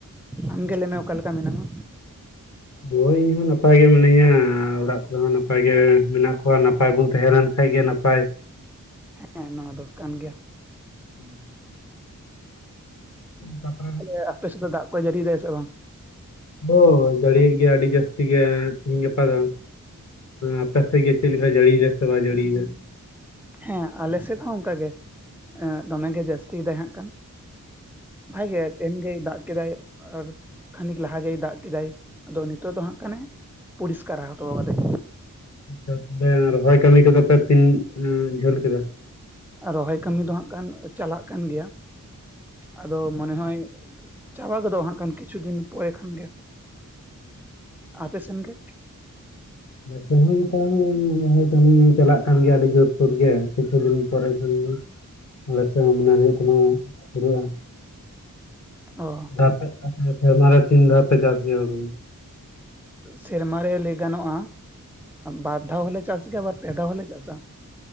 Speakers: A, in the centre; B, on the left (about 55°).
A: ᱟᱢᱜᱮ ᱞᱟᱹᱭᱢᱮ ᱚᱠᱟ ᱞᱮᱠᱟ ᱢᱮᱱᱟᱜᱟ
B: ᱦᱳᱭ ᱤᱧ ᱦᱚᱸ ᱱᱟᱯᱟᱭ ᱜᱮ ᱢᱤᱱᱟᱹᱧᱟ ᱚᱲᱟᱜ ᱠᱚᱨᱮ ᱦᱚᱸ ᱱᱟᱯᱟᱭ ᱜᱮ ᱢᱮᱱᱟᱜ ᱠᱚᱣᱟ ᱱᱟᱯᱟᱭ ᱵᱚᱱ ᱛᱟᱦᱮᱸ ᱞᱮᱱ ᱱᱟᱯᱟᱭ ᱜᱮ ᱱᱟᱯᱟᱭ
A: ᱦᱮᱸ ᱱᱚᱣᱟ ᱫᱚ ᱠᱟᱱ ᱜᱮᱭᱟ
B: <inaudible> ᱛᱟᱯᱚᱨᱮ
A: ᱛᱟᱦᱞᱮ ᱟᱯᱮ ᱥᱮᱫ ᱫᱟᱜ ᱠᱚ ᱡᱟᱹᱲᱤᱭᱫᱟ ᱥᱮ ᱵᱟᱝ
B: ᱦᱳᱭ ᱡᱟᱹᱲᱤᱭ ᱜᱮᱭᱟ ᱟᱹᱰᱤ ᱡᱟᱹᱥᱛᱤ ᱜᱮ ᱛᱤᱦᱤᱧ ᱜᱟᱯᱟ ᱫᱚ ᱟᱯᱮ ᱥᱮ ᱜᱮ ᱪᱮᱫ ᱞᱮᱠᱟ ᱡᱟᱹᱲᱤ ᱭᱮᱫᱟ ᱥᱮ ᱵᱟᱭ ᱡᱟᱹᱲᱤ ᱮᱫᱟ
A: ᱦᱮᱸ ᱟᱞᱮ ᱥᱮᱫ ᱦᱚᱸ ᱚᱱᱠᱟᱜᱮ ᱫᱚᱢᱮ ᱜᱮ ᱡᱟᱹᱥᱛᱤ ᱛᱟᱦᱮᱸ ᱠᱷᱟᱱ ᱵᱷᱟᱜᱮ ᱜᱮ ᱛᱮᱦᱮᱧ ᱜᱮ ᱫᱟᱜ ᱠᱮᱫᱟᱭ ᱟᱨ ᱠᱷᱟᱹᱱᱤᱠ ᱞᱟᱦᱟ ᱜᱮᱭ ᱫᱟᱜ ᱠᱮᱫᱟᱭ ᱟᱫᱚ ᱱᱤᱛᱚᱜ ᱫᱚ ᱦᱟᱸᱜ ᱠᱷᱟᱱᱮ ᱯᱚᱨᱤᱥᱠᱟᱨ ᱦᱚᱛᱚ ᱠᱟᱫᱟᱭ
B: ᱟᱪᱷᱟ ᱛᱟᱦᱚᱞᱮ ᱨᱚᱦᱚᱭ ᱠᱟᱹᱢᱤ ᱠᱚᱫᱚ ᱯᱮ ᱛᱤᱱ ᱡᱷᱟᱹᱞ ᱠᱮᱫᱟ
A: ᱨᱚᱦᱚᱭ ᱠᱟᱹᱢᱤ ᱫᱚ ᱦᱟᱸᱜ ᱠᱷᱟᱱ ᱪᱟᱞᱟᱜ ᱠᱟᱱ ᱜᱮᱭᱟ ᱟᱫᱚ ᱢᱚᱱᱮ ᱦᱚᱭ ᱪᱟᱵᱟ ᱜᱚᱫᱚᱜᱼᱟ ᱦᱟᱸᱜ ᱠᱷᱟᱱ ᱠᱤᱪᱷᱩ ᱫᱤᱱ ᱯᱚᱨᱮ ᱠᱷᱟᱱ ᱜᱮ ᱟᱯᱮ ᱥᱮᱱᱜᱮ
B: ᱛᱮᱦᱮᱧ ᱠᱷᱚᱱ ᱨᱚᱦᱚᱭ ᱠᱟᱹᱢᱤ ᱪᱟᱞᱟᱜ ᱠᱟᱱ ᱜᱮᱭᱟ ᱟᱹᱰᱤ ᱡᱳᱨᱥᱳᱨ ᱜᱮ ᱠᱤᱪᱷᱩ ᱫᱤᱱ ᱯᱚᱨᱮ ᱠᱷᱟᱱᱜᱮ ᱟᱞᱮᱮᱥᱮᱫ ᱢᱚᱱᱮ ᱦᱳᱭᱳᱜ ᱠᱟᱱᱟ ᱯᱩᱨᱟᱹᱜᱼᱟ᱾
A: ᱚ
B: ᱟᱯᱮ ᱥᱮᱨᱢᱟᱨᱮ ᱛᱤᱱ ᱫᱷᱟᱣᱯᱮ ᱪᱟᱥ ᱜᱮᱭᱟ ᱦᱩᱲᱩ
A: ᱥᱮᱨᱢᱟᱨᱮ ᱞᱟᱹᱭ ᱜᱟᱱᱚᱜᱼᱟ ᱵᱟᱨ ᱫᱷᱟᱣ ᱦᱚᱞᱮ ᱪᱟᱥ ᱜᱮᱭᱟ ᱟᱵᱟᱨ ᱯᱮ ᱫᱷᱟᱣ ᱦᱚᱞᱮ ᱪᱟᱥᱟ